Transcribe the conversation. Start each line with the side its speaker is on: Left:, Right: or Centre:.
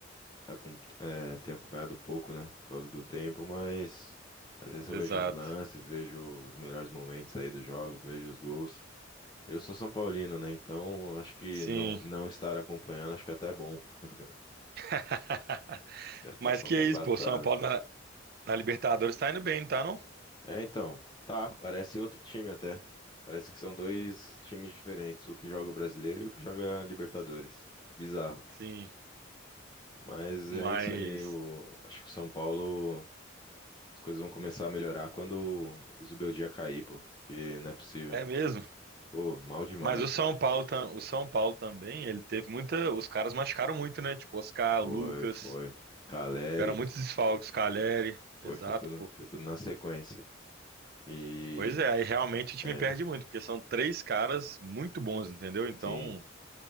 Left: acom- é, tenho acompanhado pouco, né? Por causa do tempo, mas às vezes eu
Right: Exato.
Left: vejo os lances, vejo os melhores momentos aí dos jogos, vejo os gols. Eu sou São Paulino, né? Então acho que
Right: Sim.
Left: não, não estar acompanhando, acho que até é bom. <laughs>
Right: <laughs>
Left: A situação
Right: Mas que
Left: tá
Right: é
Left: embaçada.
Right: isso, pô, São Paulo na, na Libertadores tá indo bem, tá não?
Left: É, então, tá, parece outro time até. Parece que são dois times diferentes, o que joga o brasileiro e o que joga a Libertadores. Bizarro.
Right: Sim,
Left: Mas
Right: mas
Left: é isso aí. O... Acho que o São Paulo, as coisas vão começar a melhorar quando o Zubeldia cair, pô. Porque não é possível.
Right: é mesmo.
Left: Pô, mal demais.
Right: Mas o São Paulo, tam- o São Paulo também, ele teve muita, os caras machucaram muito, né? Tipo, Oscar,
Left: Foi,
Right: o Lucas,
Left: foi. Caleri.
Right: tiveram muitos desfalques, Caleri.
Left: Foi,
Right: Exato,
Left: foi tudo,
Right: pô.
Left: foi tudo na sequência. E,
Right: Pois é, aí realmente o time
Left: é,
Right: perde muito, porque são três caras muito bons, entendeu? Então,
Left: sim,